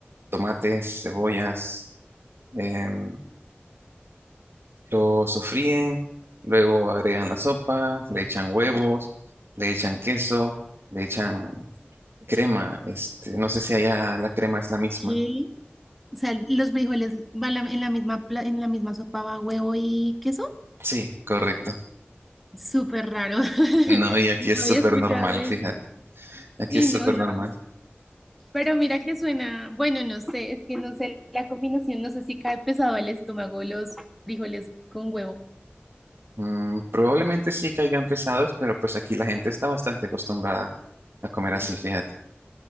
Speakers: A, on the right; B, in the centre.
A: tomates, cebollas, em, lo sofríen, luego agregan la sopa, le echan huevos, le echan queso, le echan crema. Este, no sé si allá la crema es la misma.
B: ¿Qué? O sea, los frijoles van la- en la misma, pla- en la misma sopa va huevo y queso.
A: Sí, correcto.
B: Súper raro. <laughs>
A: No, y aquí
B: No
A: es súper
B: había escuchado
A: normal,
B: eso.
A: fíjate. Aquí
B: Sí,
A: es
B: no,
A: súper
B: no.
A: normal.
B: Pero mira que suena, bueno, no sé, es que no sé la combinación, no sé si cae pesado al estómago los frijoles con huevo.
A: Mm, probablemente sí caigan pesados, pero pues aquí la gente está bastante acostumbrada a comer
B: No,
A: así, fíjate.